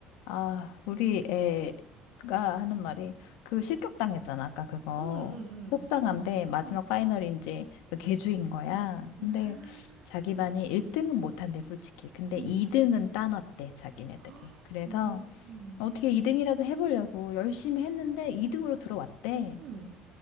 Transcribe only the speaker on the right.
응, 응, 응.
응.
응.
아,
응.
<gasps>
음. 음.
음.
음.